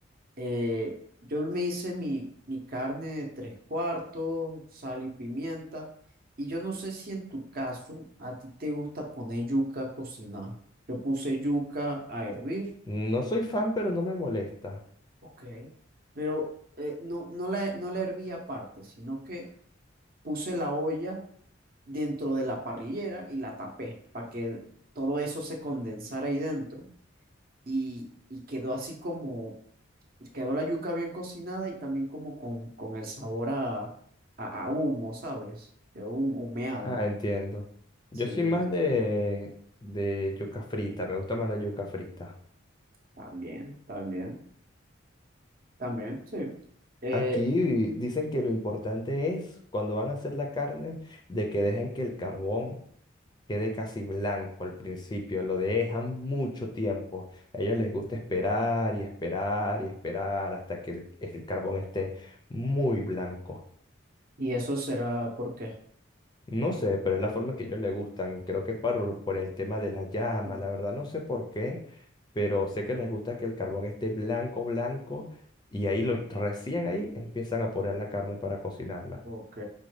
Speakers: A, on the right; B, on the left.
A: Eh, yo me hice mi, mi carne de tres cuartos, sal y pimienta. Y yo no sé si en tu caso a ti te gusta poner yuca a cocinar. Yo puse yuca a hervir,
B: No soy fan, pero no me molesta.
A: Ok. pero eh, no, no la, no la herví aparte, sino que puse la olla dentro de la parrillera y la tapé para que todo eso se condensara ahí dentro. Y, y quedó así como Y quedó la yuca bien cocinada y también como con, con el sabor a, a, a humo, ¿sabes? Quedó hum- humeada.
B: Ah, entiendo. Yo
A: Sí,
B: soy más de, de yuca frita. Me gusta más la yuca frita.
A: también, también, también, sí. Eh,
B: Aquí dicen que lo importante es, cuando van a hacer la carne, de que dejen que el carbón quede casi blanco al principio, lo dejan mucho tiempo. A ellos les gusta esperar y esperar y esperar hasta que el, el carbón esté muy blanco.
A: y eso será porque...
B: No sé, pero es la forma que a ellos les gustan. Creo que es por, por el tema de la llama,
A: Mm,
B: la verdad no sé por qué, pero sé que les gusta que el carbón esté blanco, blanco, y ahí lo, recién ahí empiezan a poner la carne para cocinarla.
A: Ok,